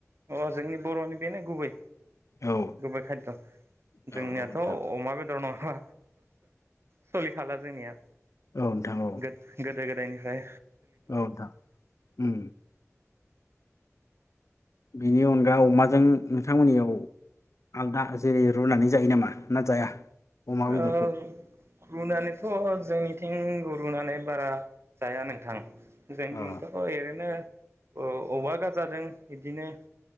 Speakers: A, on the right; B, on the left.
A: अ जोंनि बर'नि बेनो गुबै
B: औ
A: गुबै खायद जोंनियाथ'
B: औ औ नोंथां
A: अमा बेदर नङा सोलिखाला जोंनिया
B: औ नोंथां औ
A: गोद गोदो गोदायनि ओमफ्राय
B: औ नोंथां उम बेनि अनगा अमाजों नोंथांमोननियाव आलदा जेरै रुनानै जायो नामा ना जाया अमा बेदरखौ
A: ओ रुनानैथ' जोंनिथिं थिं रुनानै बारा जाया नोंथां जोंनिथिंथ'
B: अ
A: एरैनो औ बेबा गाजाजों इदिनो